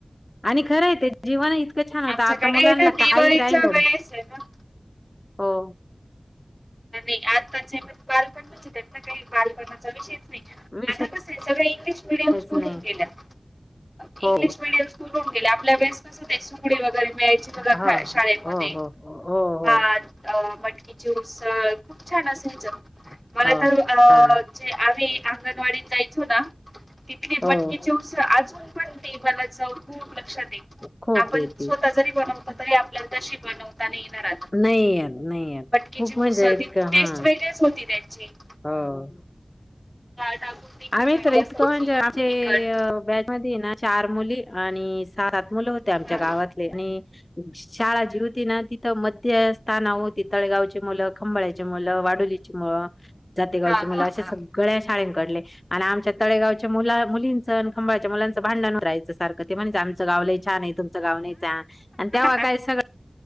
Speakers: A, on the left; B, in the centre.
A: आणि खरं आहे ते जीवन इतकं छान होतं
B: आमच्याकडे
A: आता मुलांना
B: आहे ना दिवाळीच्या
A: काही राहिलेलं
B: वेळेस आहे ना
A: हो.
B: नाही आज कालचे बालपण म्हणजे त्यांना काही बालपणाचा विषयचं नाही
A: विषयच
B: आता कस आहे सगळ इंग्लिश मिडियम स्कूल
A: नाही
B: हुन गेल इंग्लिश
A: हो
B: मिडियम स्कु स्कूल होऊन गेले आपल्या वेळेस कस ते सुकडी वगैरे मिळायचे
A: हा
B: शाळेमध्ये
A: हो हो हो हो हो
B: भात मटकीची उ सळ खूप छान असायच मला
A: हो
B: तर अ
A: हा
B: आम्ही अंगणवाडीत जाय चो ना तिथे
A: हो
B: मटकिची उसळ अजून पण ती मला चव खूप लक्षात
A: खूप
B: आपण
A: येते
B: स्वतः जरी बनवतो तरी आपल्याला तशी बनवता नाही येणार
A: नाही येत नाही येत.
B: मटकीची
A: खूप मजा
B: उसळ
A: येत
B: ती
A: का
B: टेस्ट
A: हा
B: वेगळीच होती त्यांची टाकून
A: हो
B: डाळ टाकून ती
A: आम्ही
B: खिचडी
A: तर इतकं
B: असायची
A: म्हणजे आमचे
B: तिखट
A: बॅच मध्ये ये ना चार मुली आणि सात मुलं होते आमच्या
B: हा
A: गावातले आणि शाळा जी होती ना तिथं मध्य स्थानाव होती तळेगावची मुलं खंबाळ्याचे मुलं वाडोली मुळं जातेगावचे
B: हा
A: मुलं अशी
B: हा
A: सगळ्या शाळंकडले आणि आमच्या तळेगावच्या मुला मुलींचं आणि खंबाळच्या मुलांचं भांडणरायचं सारखं ते म्हणजे आमचं गाव लई छान आहे तू मंच गाव नाही चा आणि तवा
B: हा
A: काय सग